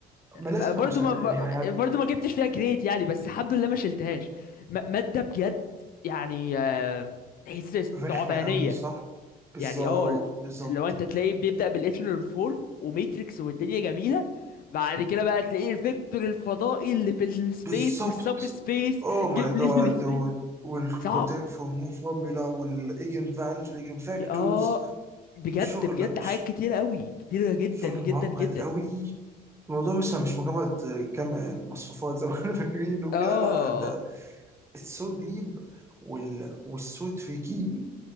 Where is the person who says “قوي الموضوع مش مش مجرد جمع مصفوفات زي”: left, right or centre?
Right